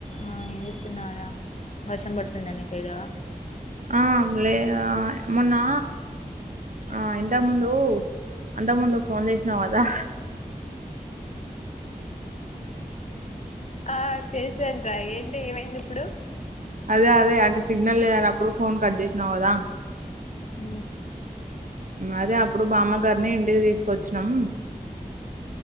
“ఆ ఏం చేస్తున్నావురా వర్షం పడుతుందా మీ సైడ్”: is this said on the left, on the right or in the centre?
Left